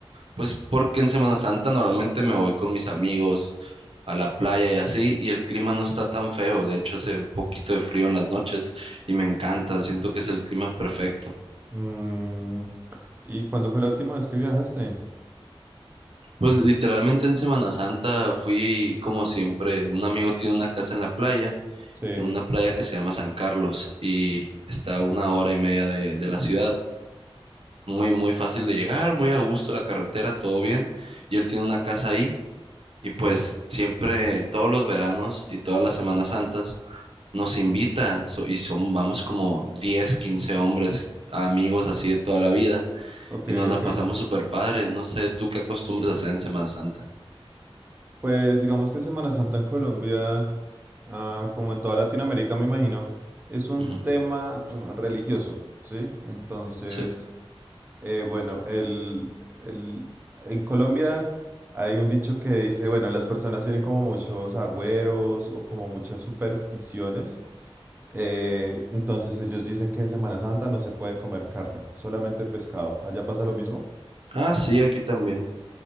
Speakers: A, on the right; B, on the right.
A: pues porque en Semana Santa normalmente me voy con mis amigos a la playa y así, y el clima no está tan feo, de hecho hace un poquito de frío en las noches y me encanta, siento que es el clima perfecto.
B: Mm, ¿y cuándo fue la última vez que viajaste?
A: Pues literalmente en Semana Santa fui como siempre, un amigo tiene una casa en la playa.
B: Sí,
A: en una playa que se llama San Carlos y está a una hora y media de, de la ciudad. Muy, muy fácil de llegar, muy a gusto la carretera, todo bien. Y él tiene una casa ahí y pues siempre, todos los veranos y todas las Semanas Santas, nos invita so- y son, vamos como 10 15 hombres, amigos así de toda la vida
B: ok,
A: y nos la
B: ok.
A: pasamos súper padre. No sé, ¿tú qué acostumbras a hacer en Semana Santa?
B: Pues digamos que Semana Santa en Colombia, ah, como en toda Latinoamérica, me imagino, es un
A: Ujú,
B: tema mm, religioso, ¿sí? Entonces,
A: Sí.
B: Eh, bueno, el, el- en Colombia hay un dicho que dice, bueno, las personas tienen como muchos agüeros o como muchas supersticiones. eh, entonces ellos dicen que en Semana Santa no se puede comer carne, solamente pescado. Allá pasa lo mismo.
A: Ah, sí, aquí también.